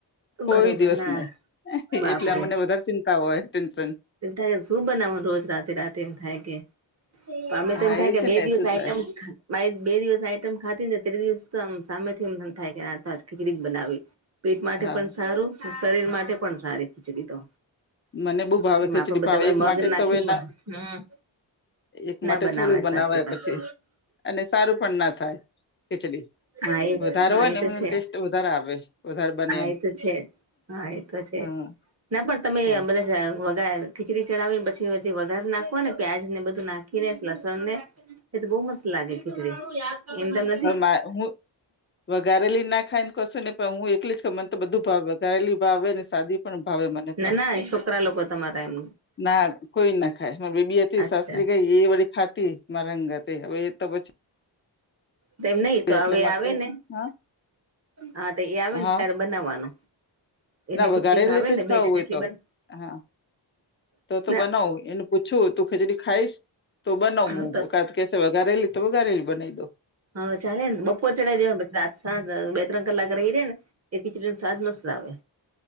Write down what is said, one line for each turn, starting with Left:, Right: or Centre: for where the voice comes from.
Left: કોઈ
Right: બરોબર
Left: દિવસ
Right: ના
Left: નહી
Right: બાપરે
Left: એટલે અમને વધારે ચિંતા હોય, ટેન્શન
Right: એમ થાય શું બનાવવાનું રોજ રાતેે રાતેે એમ થાય કે અમે તો
Left: હા
Right: એમ થાય
Left: એ
Right: કે
Left: છે
Right: બે
Left: ને
Right: દિવસ
Left: શું
Right: આઈટમ
Left: થાય
Right: બે દિવસ આઈટમ ખાતી ને ત તીજા દિવસ આમ સામે થીમ થાય કે ખીચડી જ બનાવી પેટ માટે
Left: હા
Right: પણ સારું શરીર માટે પણ સારી ખીચડી તો
Left: મને બહું ભાવે
Right: તેમાં
Left: ખીચડી
Right: આપડે બધા
Left: પણ એક
Right: મગ
Left: માટે
Right: નાખીને
Left: તો હવે તો ના
Right: હમ
Left: એક માટે
Right: ના બનાવે
Left: થોડું બનાવાય
Right: સાચી વાત
Left: પછી
Right: છે
Left: અને સારું પણ ના થાય ખીચડી
Right: હા એ
Left: વધારે
Right: હા
Left: હોય
Right: એ
Left: ને
Right: તો
Left: એમ
Right: છે
Left: ટેસ્ટ વધારે આવે વધારે બને
Right: હા
Left: એમ
Right: એ તો છે જ. હા એ તો છે
Left: હા
Right: ના પણ તમે
Left: તો
Right: બધા જા વગાર ખીચડી ચડાવી ને પછી બધી વઘાર નાખો ને પ્યાજ ને બધું નાખીને લસણ ને એ તો બહુ મસ્ત લાગે ખીચડી એમ તમને
Left: માર હું વઘારેલી ના ખાઈને કશું નઈ પણ હું એકલી છું મને તો બધું ભાવે વઘારેલી ભાવે ને સાદી પણ ભાવે મને
Right: ના
Left: તો,
Right: ના છોકરા લોકો તમારા એમ
Left: ના કોઈ ના ખાય મારી બેબી હતી
Right: અચ્છા
Left: શાસ્ત્રી ગઈ એ વાળી ખાતી મારા હંગાતે હવે એ તો પછી
Right: તેમ નહિ તો
Left: એટલે
Right: હવે એ
Left: માટે
Right: આવે ને
Left: હા
Right: હા તો એ આવે ને
Left: હા
Right: ત્યારે બનાવવાનું એને
Left: ના વઘારેલી
Right: ખીચડી ભાવે
Left: તો
Right: ને
Left: જ
Right: બે
Left: ખાઉં
Right: જણ જેટલી
Left: હા તો તો
Right: ના
Left: બનાવું એનું પૂછું તું ખેચડી ખાઈશ તો બનાવું
Right: હા તો
Left: કા કે વઘારેલી તો વઘારેલી બનાવી દઉં
Right: હા ચાલે ને બપોર ચડાવી દેવાનું પછી રા સાજ બે ત્રણ કલાક રહી રે ને એ ખીચડીનો સ્વાદ મસ્ત આવે.